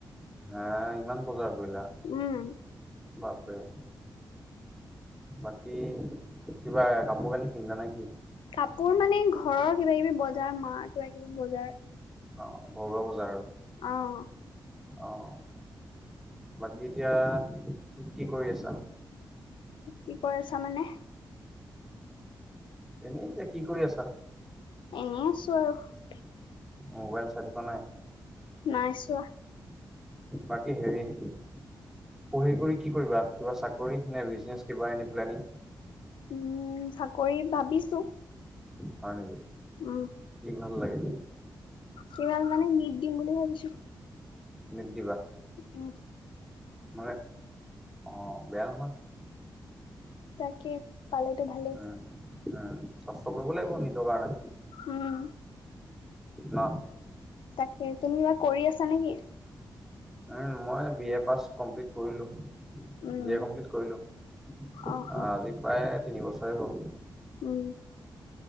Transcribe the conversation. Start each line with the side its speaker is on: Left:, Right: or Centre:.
Centre: হে ইমান বজাৰ কৰিলা
Left: উম
Centre: বাপৰে। বাকী কিবা কাপোৰ কানি কিনিলা নে কি?
Left: কাপোৰ মানে ঘৰৰ কিবা কিবি বজাৰ মাৰ কিবা কিবি বজাৰ।
Centre: অ', ঘৰুৱা বজাৰ আৰু।
Left: আহ।
Centre: অ', বাকী এতিয়া কি কৰি আছা?
Left: কি কৈ আছা মানে?
Centre: এনেই এতিয়া কি কৰি আছা?
Left: এনেই আছো আৰু।
Centre: মোবাইল চাই থকা নাই?
Left: নাই চোৱা।
Centre: বাকী হেৰি পঢ়ি কৰি কি কৰিবা কিবা চাকৰি নে বিজনেচ কিবা এনে প্লেং?
Left: উম, চাকৰি ভাবিছো।
Centre: হয় নেকি?
Left: উম
Centre: কি ভাল লাগে?
Left: কেৱল মানে নিট দিম বুলি ভাবিছো।
Centre: নিট দিবা?
Left: উম।
Centre: মানে অ' বেয়া নহয়।
Left: তাকে পালেটো ভালেই।
Centre: উম। উম, কষ্ট কৰিব লাগিব নিতৰ কাৰণে
Left: হম,
Centre: ন,
Left: তাকে তুমি কিবা কৰি আছা নেকি?
Centre: উম, মই বি এ পাছ কমপ্লিট কৰিলো।
Left: উম
Centre: বি এ কমপ্লিট কৰিলো, আজি
Left: অ অ
Centre: প্ৰায় তিনিবছৰে হ'ল।
Left: উম,